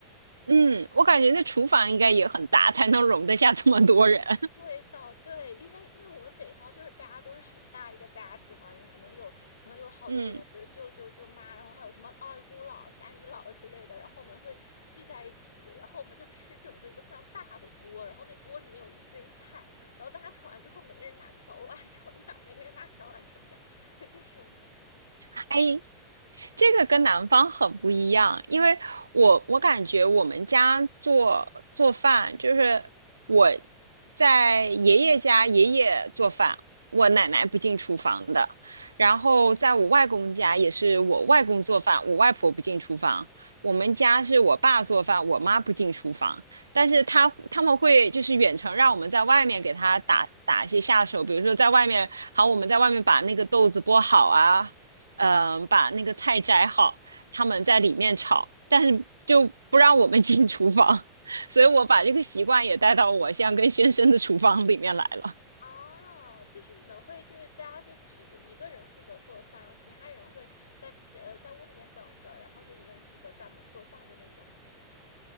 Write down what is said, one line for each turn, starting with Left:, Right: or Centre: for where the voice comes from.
Right: 嗯，我感觉那厨房应该也很大，才能容得下这么多人。<laughs>
Left: 味道对，因为因为我们北方就是大家都是很大一个家子嘛，人可能有可能有好多人，
Right: 嗯。
Left: 比如舅舅舅妈，然后还有什么二姑姥、三姨姥之类的，然后我们会聚在一起，然后我们就吃整个一个非常大的锅，然后那锅里面有一堆菜，然后大家盛完之后，每个人拿个小碗 <laughs> 盛点儿，每个人拿小碗盛点儿，就这种的。
Right: 哎，这个跟南方很不一样，因为我我感觉我们家做做饭，就是我在爷爷家，爷爷做饭，我奶奶不进厨房的，然后在我外公家也是我外公做饭，我外婆不进厨房，我们家是我爸做饭，我妈不进厨房，但是他他们会就是远程让我们在外面给他打打一些下手，比如说在外面，好，我们在外面把那个豆子剥好啊。嗯，把那个菜摘好，他们在里面炒，但是就不让我们 <laughs> 进厨房，<laughs> 所以我把这个习惯也带到我现在跟先生的厨房里面来了。
Left: 哦，就是你们会，就是大家就只有一个人负责做饭，然后其他人会在呃在屋里面等着，然后就一个人负责专门做饭的那种。